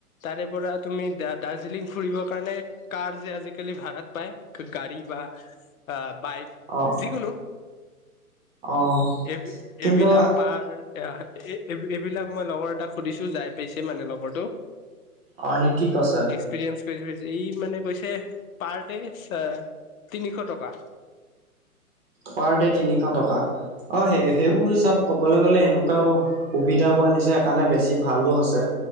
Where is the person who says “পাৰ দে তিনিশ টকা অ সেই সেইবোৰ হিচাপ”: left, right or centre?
Right